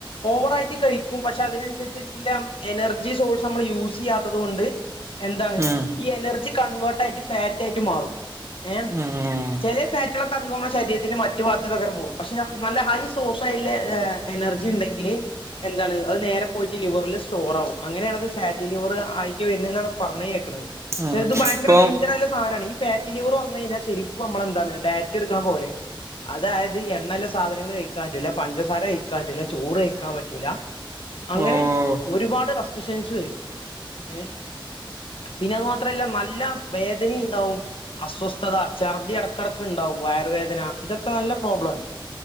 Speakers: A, on the left (about 80°); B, on the right (about 30°).
A: ഓവറായിട്ട് കഴിക്കും പക്ഷെ അതിനനുസരിച്ചിട്ടില്ല എനർജി സോഴ്സ് നമ്മൾ യൂസ് ചെയ്യാത്തത് കൊണ്ട് എന്താണ്
B: ഉം.
A: ഈ എനർജി കൺവേർട്ട് ആയിട്ട് ഫാറ്റ് ആയിട്ട് മാറും എഹ്
B: ഉം.
A: ചില ഫാറ്റൊക്കെ നമ്മുടെ ശരീരത്തിന്റെ മറ്റു ഭാഗത്തേക്ക് അങ്ങട്ട് പോകും പക്ഷെ നല്ല ഹൈ സോഴ്സ് ആയിട്ടുള്ള എനർജി ഉണ്ടെങ്കിൽ എന്താണ് അത് നേരെ പോയിട്ട് ലിവറിൽ സ്റ്റോർ ആകും അങ്ങനെയാണത് ഫാറ്റി ലിവർ ആയി വരുന്നന്നെന്നാണ് പറഞ്ഞ് കേൾക്കുന്നത് പക്ഷെ
B: ഉം.
A: ഇത് ഭയങ്കര
B: ഇപ്പം
A: ഡേഞ്ചർ ആയുള്ള സാധനമാണ്. ഫാറ്റി ലിവർ വന്നു കഴിഞ്ഞാൽ ശരിക്കും നമ്മളെന്താണ് ഡാറ്റ് എടുക്കണ പോലെയാണ് അതായത് എണ്ണയിലെ സാധനങ്ങൾ കഴിക്കാൻ പറ്റില്ല പഞ്ചസാര കഴിക്കാൻ പറ്റില്ല ചോറ് കഴിക്കാൻ പറ്റൂല അങ്ങനെ
B: ഓഹ്.
A: ഒരുപാട് റെസ്ട്രിക്ഷൻസ് വരും ഏഹ് പിന്നെ അതു മാത്രല്ല നല്ല വേദനയുണ്ടാവും. അസ്വസ്ഥത ഛർദി ഇടക്കിടയ്ക്ക് ഉണ്ടാവും വയറുവേദന ഇതൊക്കെ നല്ല പ്രോബ്ലമാണ്.